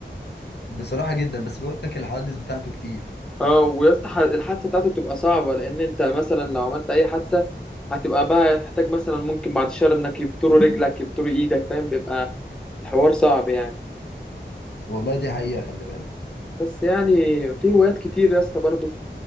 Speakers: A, on the left; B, in the centre.
A: بصراحة جدا بس بقول لك الحوادث بتاعته كتير
B: اه ويا اسطى ح- الحادثه بتاعته بتبقى صعبه لان انت مثلا لو عملت اي حادثه هتبقى بقى تحتاج مثلا ممكن بعد شهر انك يبتروا رجلك يبتروا ايدك فاهم بيبقى الحوار صعب يعني
A: والله دي حقيقة خلي بالك
B: بس يعني في هوايات كتير يا اسطى برضه